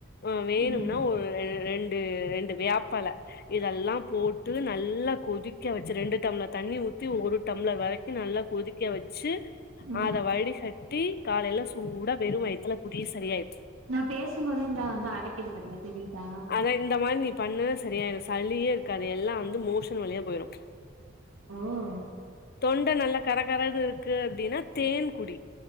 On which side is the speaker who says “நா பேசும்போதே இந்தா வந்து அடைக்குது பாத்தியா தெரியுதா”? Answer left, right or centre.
Right